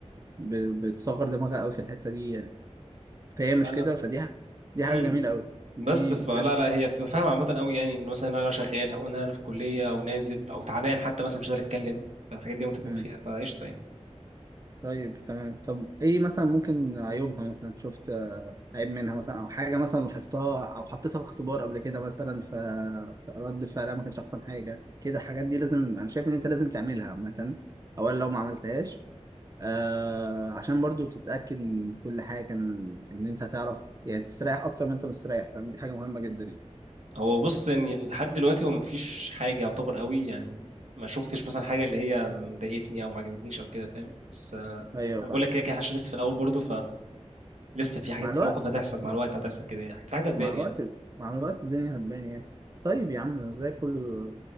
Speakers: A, on the right; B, on the right.
A: ب- بتصغر دماغها قوي في الحتة دي يعني فهي مش
B: لا
A: كده فدي ح- دي حاجة
B: امم
A: جميلة قوي دي
B: بس فلا
A: بجد
B: لا هي بتبقى فاهمة عامة قوي يعني ان مثلا انا شغال او ان انا في كلية او نازل او تعبان حتى مثلا مش قادر اتكلم فالحاجات دي متفاهم
A: مم.
B: فيها فقشطة يعني
A: طيب تمام طب ايه مثلا ممكن عيوبها مثلا شفت آه، عيب منها مثلا او حاجة مثلا لاحظتها او حطيتها في اختبار قبل كده مثلا ف- فرد فعلها ما كانش احسن حاجة كده الحاجات دي لازم انا شايف ان انت لازم تعملها عامة اولا لو ما عملتهاش آه عشان برضو تتأكد من كل حاجة كان إن أنت هتعرف يعني تستريح أكتر ما أنت مستريح فاهم دي حاجة مهمة جدا يعني
B: هو بص ان لحد دلوقتي هو مفيش حاجة يعتبر قوي يعني ما شفتش مثلا حاجة اللي هي مضايقتني او ما عجبتنيش او كده فاهم بس آه،
A: أيوه
B: انا
A: فاهم
B: بقول لك كده كده عشان لسه في الاول برضه فلسه في حاجات
A: مع الوقت
B: في موقف هتحصل مع
A: مع,
B: الوقت هتحصل كده يعني في حاجات هتبان
A: مع
B: يعني
A: الوقت مع الوقت الدنيا هتبان يعني طيب يا عم زي الفل